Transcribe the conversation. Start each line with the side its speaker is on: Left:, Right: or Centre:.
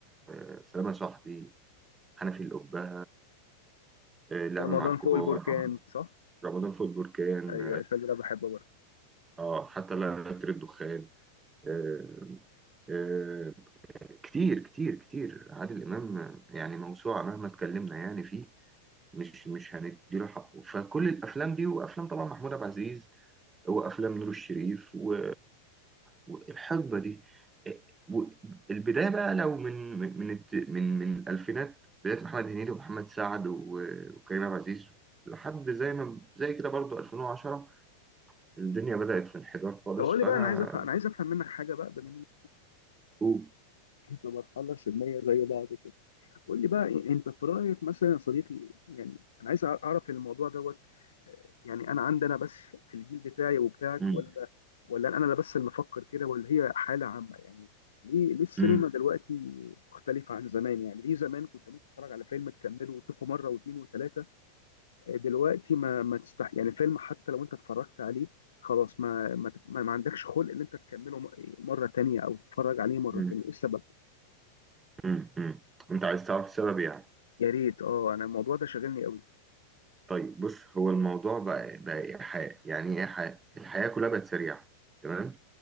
Right: آه سلام يا صاحبي حنفي الأبهة آه لعبه
Left: رمضان
Right: مع الكبار
Left: فوق البركان
Right: آه،
Left: صح؟
Right: رمضان في البركان
Left: ايوه الفيلم ده بحبه برضه
Right: اه حتى لا لا تريد دخان آه آه كتير كتير كتير عادل إمام يعني موسوعة مهما اتكلمنا يعني فيه مش مش هنديله حقه فكل الأفلام دي وأفلام طبعا محمود عبد العزيز وأفلام نور الشريف و والحقبة دي آه، والبداية بقى لو من من من الت- من من الألفينات بداية محمد هنيدي ومحمد سعد و- وكريم عبد العزيز لحد زي ما زي كده برضو 2010 الدنيا بدأت في انحدار خالص
Left: طب قول
Right: فأنا
Left: لي بقى انا عايز افهم انا عايز افهم منك حاجه بقى بما انك
Right: هو
Left: في مرحله سنيه زي بعض كده قول لي بقى إيه- انت في رايك مثلا يا صديقي يعني انا عايز أع- اعرف الموضوع دوت آه، يعني انا عندنا بس في الجيل بتاعي وبتاعك
Right: مم.
Left: ولا ولا انا اللي بس اللي بفكر كده ولا هي حاله عامه يعني ليه ليه السينما
Right: مم.
Left: دلوقتي مختلفه عن زمان يعني ليه زمان كنت ممكن تتفرج على فيلم تكمله وتشوفه مره واثنين وثلاثه دلوقتي ما ما تستح يعني الفيلم حتى لو انت اتفرجت عليه خلاص ما ما, ما ما عندكش خلق ان انت تكمله م- مره تانية او تتفرج عليه مره
Right: مم.
Left: تانية ايه السبب
Right: مم. مم. انت عايز تعرف السبب يعني
Left: يا ريت اه انا الموضوع ده شاغلني قوي
Right: طيب بص هو الموضوع بقى بقى إيحاء يعني ايه إيحاء الحياة كلها بقت سريعة تمام